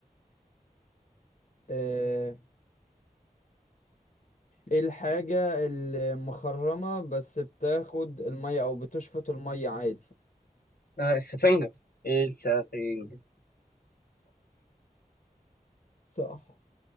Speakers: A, on the left; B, on the left.
A: آه ايه الحاجة اللي مخرمة بس بتاخد المية او بتشفط المية عادي
B: آه السفنجة ايه السفنجة
A: صح